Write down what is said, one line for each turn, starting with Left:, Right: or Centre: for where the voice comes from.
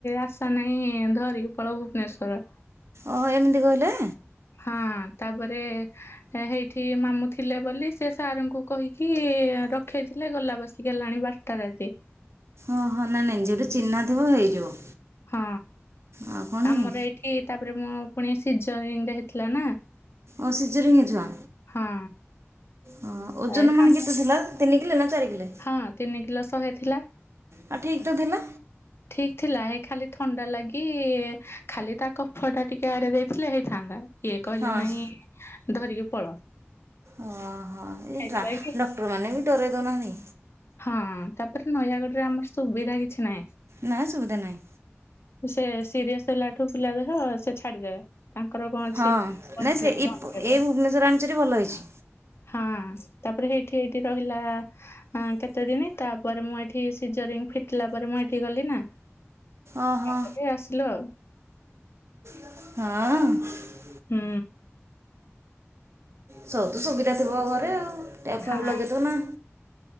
Left: ଆଶା ନାଇଁ ଧରିକି ପଳଉ ଭୁବନେଶ୍ଵର।
Right: ଓ ଏମିତି କହିଲେ।
Left: ହଁ ତାପରେ ହେଇଠି ମାମୁଁ ଥିଲେ ବୋଲି ସେ ସାର୍ ଙ୍କୁ କହିକି ରଖେଇଥିଲେ ଗଲା ବସି ଗଲାଣି ବାରଟା ରାତି।
Right: ଓହୋ ନାଇଁ ନାଇଁ ଯୋଉଠି ଚିହ୍ନା ଥିବ ହେଇଯିବ।
Left: ହଁ
Right: ଆଉ କ'ଣ
Left: ଆମର
Right: କି
Left: ଏଇଠି ତାପରେ ମୁଁ ପୁଣି ସିଜରିଙ୍ଗ ରେ ହେଇଥିଲା ନା।
Right: ଓ ସିଜରିଙ୍ଗ ଛୁଆ?
Left: ହଁ।
Right: ହଁ ଓଜନ
Left: ଏ କାନ୍ଦ
Right: ମାନେ କେତେ ଥିଲା? ତିନ କିଲେ ନା ଚାରି କିଲୋ
Left: ହଁ ତିନି କିଲ ଶହେ ଥିଲା।
Right: ଆଉ ଠିକ୍ ତ ଥିଲା
Left: ଠିକ ଥିଲା ହେଇ ଖାଲି ଥଣ୍ଡା ଲାଗି ଖାଲି ତା କଫ ଟା ଟିକେ ଆଡେଇ ଦେଇଥିଲେ ହେଇଥାନ୍ତା। ଇଏ କହିଲେ
Right: ହଁ
Left: ନାଇଁ ଧରିକି ପଳ।
Right: ଓହୋ ଏଇ
Left: ହେଇଥିଲାଗି
Right: ଡ୍ରା ଡକ୍ଟରମାନେ ବି ଡରେଇ ଦଉନାହାନ୍ତି?
Left: ହଁ ତାପରେ ନୟାଗଡ଼ରେ ଆମର ସୁବିଧା କିଛି ନାହିଁ।
Right: ନା ସୁବିଧା ନାହିଁ।
Left: ସେ ସିରିଅସ ହେଲା ଠୁ। ପିଲା ଦେହ ସେ ଛାଡିଦେବେ। ତାଙ୍କର କଣ ଅଛି
Right: ହଁ
Left: ବଞ୍ଚିଲେ
Right: ନାଇଁ ସେ
Left: କି
Right: ଏଇ
Left: ମରିଗଲେ କେତେ
Right: ଏଇ ଭୁବନେଶ୍ୱର ଆଣିଚେରି ଭଲ ହେଇଛି।
Left: ହଁ। ତାପରେ ସେଇଠି ଏଇଠି ରହିଲା ଆଁ କେତେ ଦିନି ତାପରେ ମୁଁ ଏଠି ସିଜରିଙ୍ଗ ଫିଟିଲା ପରେ ମୁଁ ସେଠି ଗଲି ନା।
Right: ଓହୋ
Left: ତାପରେ ଆସିଲୁ ଆଉ।
Right: ହଁ।
Left: ହୁଁ।
Right: ସବୁ ତ ସୁବିଧା ଥିବ ଘରେ ଆଉ। ଟ୍ୟାପ ଫ୍ୟାପ
Left: ହଁ
Right: ଲଗେଇ ଦଉନ।